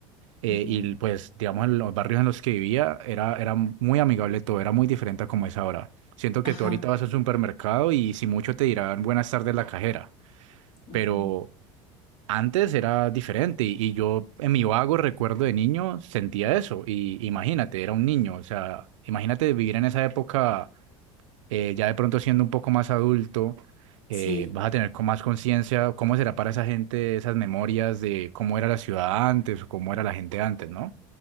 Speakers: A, on the right; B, on the left.
A: eh,
B: Ujú,
A: y pues, digamos, en los barrios en los que vivía era, era muy amigable todo, era muy diferente a como es ahora. Siento que
B: Ajá,
A: tú ahorita vas al supermercado y si mucho te dirán buenas tardes la cajera,
B: ujú.
A: pero antes era diferente y, y yo en mi vago recuerdo de niño sentía eso y imagínate, era un niño, o sea, imagínate vivir en esa época eh, ya de pronto siendo un poco más adulto, eh,
B: Sí,
A: vas a tener con más conciencia cómo será para esa gente esas memorias de cómo era la ciudad antes o cómo era la gente antes, ¿no?